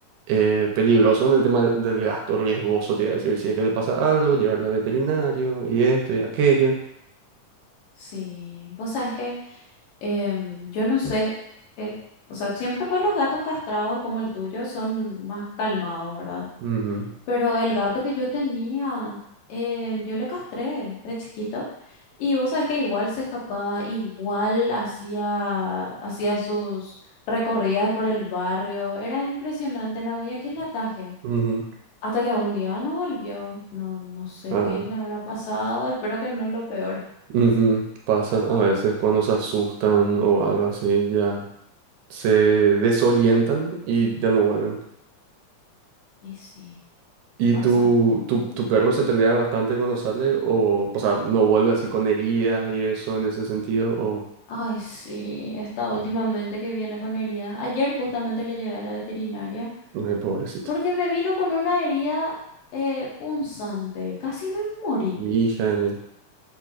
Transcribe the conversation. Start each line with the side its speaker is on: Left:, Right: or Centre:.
Right: eh, peligroso en el tema del del gasto, riesgoso, te iba a decir, si es que le pasa algo, llevarla al veterinario y esto y aquello.
Left: Sí, vos sabes que Em, yo no sé, eh, o sea, siempre pues los gatos castrados como el tuyo son más calmados, ¿verdad?
Right: Ujú,
Left: Pero el gato que yo tenía, eh, yo le castré de chiquito y vos sabés que igual se escapaba, igual hacía, hacía sus recorridas por el barrio, era impresionante, no había quien la ataje.
Right: ujú.
Left: Hasta que un día no volvió, no, no sé
Right: Ah,
Left: qué le habrá pasado, espero que no lo peor.
Right: ujú. Pasa a veces cuando se asustan o algo así, ya se desorientan y ya no vuelven.
Left: Y sí,
Right: ¿Y
Left: pasa.
Right: tu, tu, tu perro se pelea bastante cuando sale? O, o sea, ¿no vuelve así con heridas y eso en ese sentido? O...
Left: Ay, sí, está últimamente
Right: Mm,
Left: que viene con heridas. Ayer justamente le llevé a la veterinaria
Right: Ay, pobrecito.
Left: porque me vino con una herida eh, punzante. Casi me morí.
Right: Hija de mí.